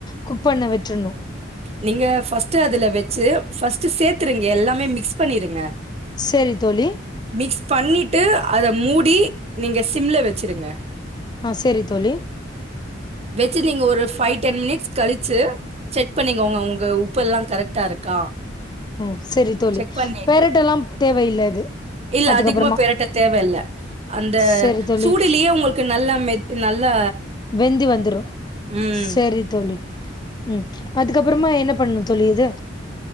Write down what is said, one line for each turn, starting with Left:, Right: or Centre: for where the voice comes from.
Left: குக் பண்ண விட்ருன்னோ
Right: நீங்க ஃபர்ஸ்ட்டு அதுல வெச்சி ஃபர்ஸ்ட்டு சேத்துருங்க எல்லாமே மிக்ஸ் பண்ணிருங்க
Left: செரி தோழி
Right: மிக்ஸ் பண்ணிட்டு அத மூடி நீங்க சிம்ல வெச்சிருங்க
Left: ஆஹ் செரி தோழி
Right: வெச்சிட்டு நீங்க ஒரு ஃபைவ் டென் மினிட்ஸ் கழிச்சி செக் பண்ணிக்கோங்க ஒங்க உப்பெல்லா கரெக்டா இருக்கா
Left: ம் செரி தோழி
Right: செக் பண்ணிட்டு
Left: பெரட்டெல்லா தேவையில்ல இது
Right: இல்ல
Left: அதுக்கப்பறமா
Right: அதிகமா பெரட்ட தேவையில்ல அந்த
Left: செரி தோழி
Right: சூடுலயே ஒங்ளுக்கு நல்லா மெத் நல்லா
Left: வெந்தி வந்துரு
Right: ம்
Left: செரி தோழி உம் அதுக்கப்றமா என்ன பண்ணு தோழி இது